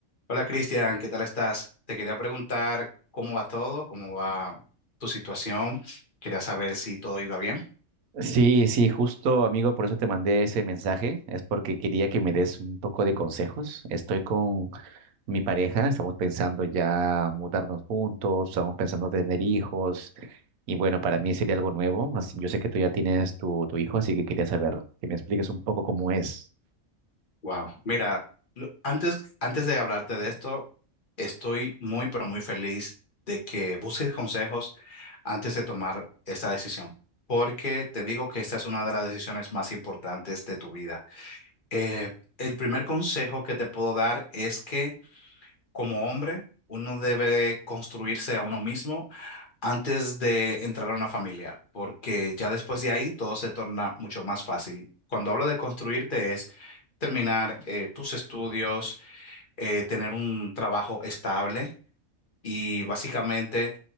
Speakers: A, on the left (about 40°); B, on the right (about 85°).
A: Hola Cristian, ¿qué tal estás? Te quería preguntar cómo va todo, cómo va tu situación. Quería saber si todo iba bien.
B: Sí, sí, justo amigo, por eso te mandé ese mensaje, es porque quería que me des un poco de consejos. Estoy con mi pareja, estamos pensando ya mudarnos juntos, estamos pensando tener hijos y bueno, para mí sería algo nuevo. así- yo sé que tú ya tienes tu, tu hijo, así que quería saber que me expliques un poco cómo es.
A: Wow. Mira, lo- antes, antes de hablarte de esto, estoy muy, pero muy feliz de que busques consejos antes de tomar esta decisión, porque te digo que esta es una de las decisiones más importantes de tu vida. Eh, el primer consejo que te puedo dar es que como hombre, uno debe construirse a uno mismo antes de entrar a una familia, porque ya después de ahí todo se torna mucho más fácil. Cuando hablo de construirte es terminar eh, tus estudios, eh, tener un trabajo estable y básicamente